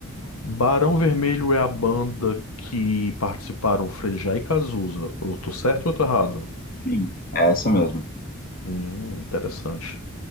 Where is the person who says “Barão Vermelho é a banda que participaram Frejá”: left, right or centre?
Left